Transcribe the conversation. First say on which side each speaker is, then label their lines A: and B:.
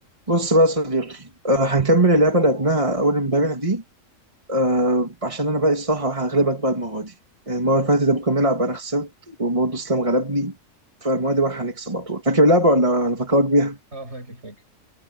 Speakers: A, on the right; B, on the right.
A: بص بقى يا صديقي آه هنكمل اللعبة اللي لعبناها أول امبارح دي آه عشان أنا بقى الصراحة هغلبك بقى المرة دي يعني المرة اللي فاتت لما كنا بنلعب أنا خسرت وبرضه إسلام غلبني فالمرة دي بقى هنكسب على طول فاكر اللعبة ولا هنفكرك بيها؟
B: اه فاكر فاكر